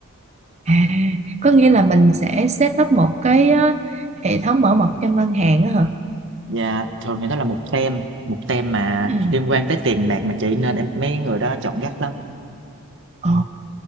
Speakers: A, on the right; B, on the right.
A: à có nghĩa là mình sẽ set up một cái ờ, hệ thống bảo mật cho ngân hàng á hả
B: Dạ, thường thì đó là một tem, một tem mà
A: ừ
B: liên quan tới tiền bạc mà chị, nên em mấy người đó chọn gắt lắm.
A: ồ